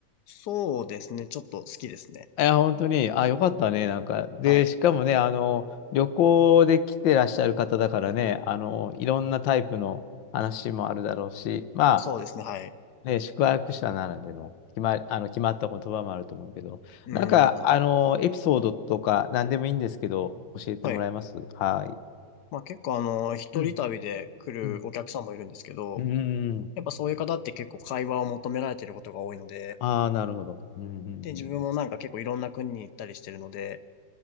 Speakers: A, on the left (about 65°); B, on the left (about 85°).
A: そうですね。ちょっと好きですね。
B: いや、本当に、あ、よかったね、なんか。で、
A: はい。
B: しかもね、あの、旅行で来てらっしゃる方だからね、あの、いろんなタイプの話もあるだろうし、ま
A: そうですね。はい。
B: あ、ね、宿泊者ならでの、決ま、あの、決まった言葉もあると思うけど、
A: う
B: なんか、あの、
A: ーん。
B: エピソードとか、何でもいいんですけど、教えてもらえますはい。
A: はい。まあ結構あのー、一人旅で来るお客さんもいるんですけど、
B: うん。うん。うんうんうん。
A: やっぱそういう方って結構会話を求められてることが多いので、
B: ああー、なるほど。うん、うん、
A: で、
B: うん
A: 自分もなんか結構いろんな国に行ったりしてるので、